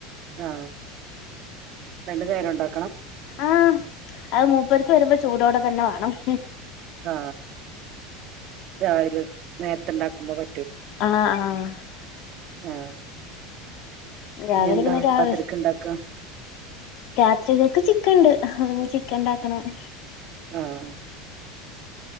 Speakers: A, on the right; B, on the left.
A: ആ രണ്ടു നേരം ഇണ്ടാ
B: ആ അത് മുപ്പർ വരുമ്പോ ചൂടോടെ തന്നെ വേണം-
A: ആ രാവിലെ നേര- ത്ത് ഉണ്ടാക്കുമ്പോ വ
B: ആ ആ-
A: ആ
B: രാവിലെ
A: ഇനി എന്താ
B: പിന്നെ രാവിലെ
A: രാത്രിക്ക് ഉണ്ടാക്കുക
B: രാത്രികൾക്ക് ചിക്ക ഉണ്ട് പിന്നെ ചി ക്കൻ ഉണ്ടാക്കണം-
A: ആ-